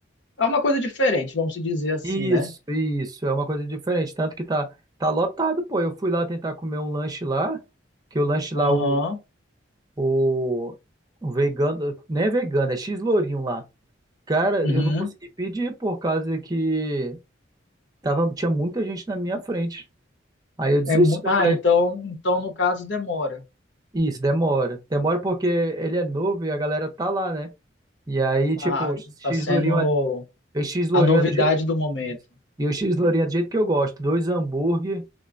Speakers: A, on the left; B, on the right.
A: é uma coisa diferente, vamos se dizer assim,
B: Isso,
A: né?
B: isso, é uma coisa diferente, tanto que tá tá lotado, pô. Eu fui lá tentar comer um lanche lá, que o lanche lá
A: Aham.
B: o, o, o vegano, não é vegano, é x-lourinho lá. Cara,
A: Uhum.
B: eu não consegui pedir por causa que tava, tinha muita gente na minha frente. Aí eu desisti,
A: É mu...
B: eu
A: Ah,
B: falei,
A: então, então no caso demora.
B: isso, demora. Demora porque ele é novo e a galera tá lá, né? E aí,
A: Tá,
B: tipo, X
A: tá sendo
B: Lourinho é, o X Lourinho
A: a novidade
B: é do jeito
A: do momento.
B: isso. E o X Lourinho é do jeito que eu gosto. Dois hambúrguer,